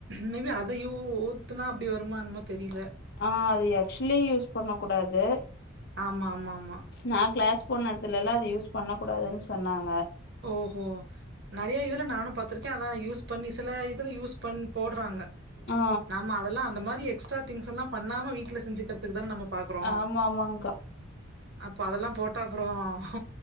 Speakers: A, on the right (about 55°); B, on the left (about 50°).
A: மேபி அது. அதையு ஊத்துனா அப்படி வருமான்னுமோ என்னமோ தெரியல.
B: ஆஹ அது ஆக்சுலி யூஸ். பண்ண கூடாது.
A: ஆமா ஆமா ஆமா
B: நா கிளாஸ் போன இடத்துலல்லா அது யூஸ் பண்ணக்கூடாதுன்னு சொன்னாங்க
A: ஓஹோ நிறைய <unintelligible> இல்ல நானு பாத்திருக்கே அத யூஸ் பண்ணி சில இதுல யூஸ் பண்ணி போடறாங்க
B: ஆ
A: நமா அதெல்லா அந்த மாரி. எக்ட்ரா திங்ஸ்லாம் பண்ணாம வீட்ல செஞ்சுக்கறதுக்கு தா நம்ம பார்க்குறோம்.
B: ஆமா ஆமங்க்கா
A: அப்ப அதெல்லா போட்டா அப்புறம்